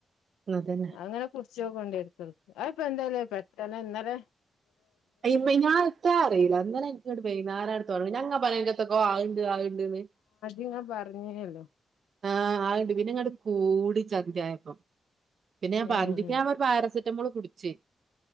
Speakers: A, on the right; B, on the left.
A: അതന്നെ
B: അഇങ്ങനെകുടിച്ച് ചോക്കോണ്ടിടുക്കൾ അയപ്പന്തലെ പെട്ടന്നെന്നലെ
A: ഐമേ ഞാൻത്താഅറിയിലാന്ന് ഇങ്ങളെൻക്കണ്ട് വൈനാരങ്ങട് തൊടങ്ങും ഞങ്ങപറയണെത്തക്കോ അഇണ്ട് അഇണ്ട് ട്ന്
B: ഇത് പറഞ്ഞെഒള്ളു
A: ആഹ് ആണ്ട് പിന്നെ ഇങ്ങണ്ട് കൂടി ചദ്യയായപ്പം പിന്നെ ഞാൻ
B: ഏഹ്
A: പക്തിക്ക്‌ നമ്മ പാരസെറ്റമോൾ കുടിക്കും ഉച്ചി